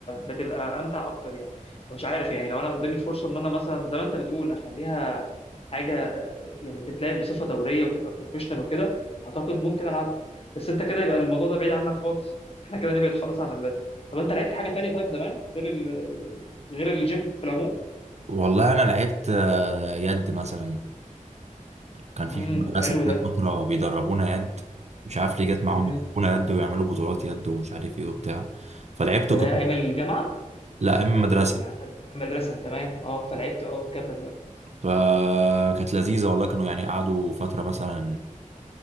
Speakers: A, on the left; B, on the right.
A: بتبقى امتع اكتر يعني مش عارف يعني لو انا قدامي الفرصه ان انا مثلا زي ما انت بتقول اخليها حاجه آه، يعني تتلعب بصفه دوريه وتبقى بروفيشنال وكده اعتقد ممكن العبها بس انت كده يبقى الموضوع ده بعيد عنك خالص احنا كده نبعد خالص عن البدل طب انت لعبت حاجه تانية طيب زمان غير ال... غير الجيم في العموم
B: والله انا لعبت آه، يد مثلا كان
A: امم
B: في في المدرسة
A: حلو
B: كده
A: ده
B: فترة بيدربونا يد مش عارف ليه جت معاهم
A: امم
B: يدربونا يد ويعملوا بطولات يد ومش عارف ايه وبتاع فلعبت
A: ده
B: كنت
A: ده ايام الجامعه
B: لا اما مدرسة
A: ولا المدرسه تمام اه فلعبت اه كمل بقى
B: فكانت لذيذة والله كانوا يعني قعدوا فترة مثلا